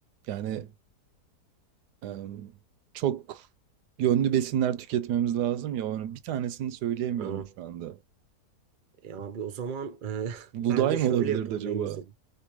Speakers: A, on the right (about 85°); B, on the right (about 60°).
A: Yani em, çok yönlü besinler tüketmemiz lazım ya. Onun bir tanesini söyleyemiyorum
B: Aa,
A: şu anda.
B: e abi o zaman e, <laughs>
A: Buğday
B: bence
A: mı
B: şöyle
A: olabilirdi
B: yapalım
A: acaba?
B: en güzeli.